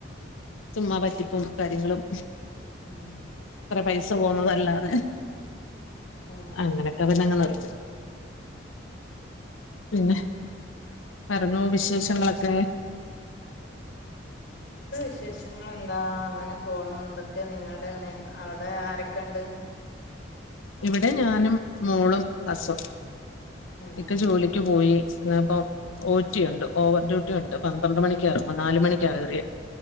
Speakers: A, on the left; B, on the left.
A: ചുമ്മാ പറ്റിപ്പും കാര്യങ്ങളും
B: ഉം
A: കൊറേ പൈസ പോവുന്നതല്ലാതെ
B: ആഹ്
A: അങ്ങനൊക്കെ പിന്നെങ്ങ് നിർത്തി പിന്നെ പറഞ്ഞോ വിശേഷങ്ങളൊക്കെ
B: ഇപ്പം വിശേഷങ്ങൾ എന്താ അങ്ങനെ പോണം എന്തൊക്കെ നിങ്ങളുടെ അവിടെ ആരൊക്കെ ഇണ്ട്
A: ഇവിടെ ഞാനും മോളും അസും
B: ആഹ്
A: ഇക്ക ജോലിക്ക് പോയി ഇപ്പം ഓറ്റി ഉണ്ട് ഓവർ ഡ്യൂട്ടി ഉണ്ട് പന്ത്രണ്ട് മണിക്കെ ഇറങ്ങൂ നാല് മണി ക്ക കേറിയെ